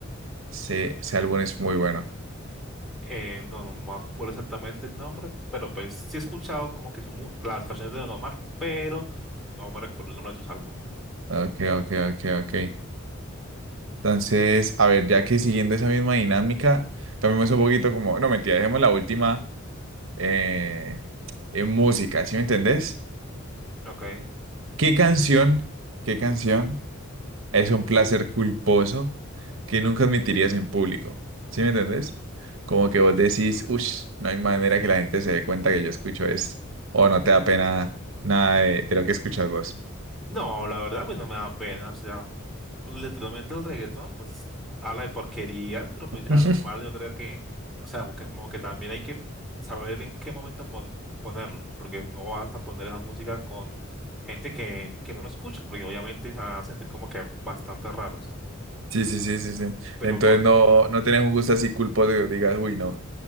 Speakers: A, on the right; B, in the centre.
A: se- ese álbum es muy bueno.
B: Eh, no, no me acuerdo exactamente el nombre, pero pues sí he escuchado como que su mu- las canciones de Don Omar, pero no me recuerdo el nombre de sus álbumes.
A: Ok, ok, ok, ok. Entonces, a ver, ya que siguiendo esa misma dinámica, cambiamos un poquito como, no mentira, dejemos la última eh, en música, ¿sí me entendés?
B: Ok.
A: ¿Qué canción, qué canción? es un placer culposo que nunca admitirías en público. ¿Sí me entendés? Como que vos decís, uff, no hay manera que la gente se dé cuenta que yo escucho esto. O no te da pena nada de, de lo que escuchas vos.
B: No, la verdad, pues no me da pena. O sea, literalmente el reggaetón, pues habla de porquerías, pero pues
A: <laughs>
B: ya normal, yo creo que, o sea, como que como que también hay que saber en qué momento pon- ponerlo, porque no vas a poner esa música con gente que, que no lo escucha, porque obviamente se van a sentir como que bastante raros.
A: Sí, sí, sí, sí, sí.
B: Pero
A: Entonces no, no tenés un gusto así culposo que digas, uy, no.